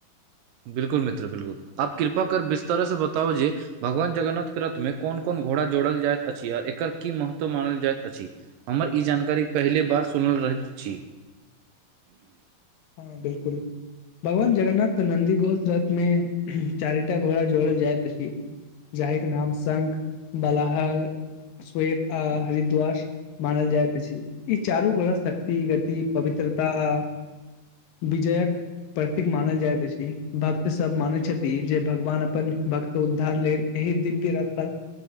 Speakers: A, on the right (about 80°); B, on the left (about 80°).
A: बिल्कुल मित्र बिल्कुल आब कृपा कर विस्तार से बताउ जेे भगवान जगन्नाथ के रथमें कोन-कोन घोड़ा जोड़ल जाएत अछि आर एकर की महत्व मानल जाएत अछि। हमर ई जानकारी पहिले बार सुनल रहैत छी।
B: हां बिल्कुल। भगवान जगन्नाथ के नन्दी घोष रथ मे चारिटा घोड़ा जोड़ल जाएत अछि। जाहिके नाम शंख, बलाहल, श्वेत आ हरिद्वास मानल जाएत अछि ई चारू घोड़ा शक्ति, गति, पवित्रता आ विजयक प्रतीक मानल जाएत अछि, भक्त सब मानय छथि जे भगवान अपन भक्त उद्धार लेल एहि दिव्य रथ पर